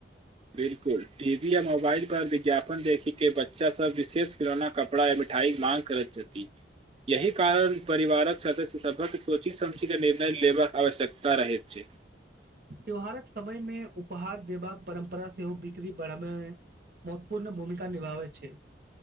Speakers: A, on the right (about 30°); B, on the right (about 50°).
A: बिलकुल टी वी या मोबाइल पर विज्ञापन देखि क बच्चा सब विशेष खिलौना क कपड़ा या मिठाई माँग करत जेती <unintelligible> यही कारण परिवारक सदस्य सबक सोची समची क निर्णय लेबाक आवश्यकता रहैत छै
B: त्यौहारक समय मे उपहार देबाक परम्परा सेहो बिक्री बढ़ब मे मत्वपूर्ण भूमिका निभावै छै